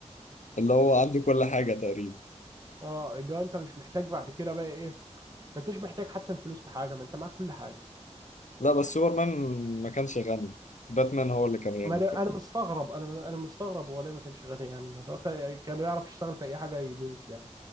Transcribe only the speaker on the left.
اللي هو عنده كل حاجة تقريبا
لا بس سوبرمان ما كانش غني باتمان هو اللي كان غني
كده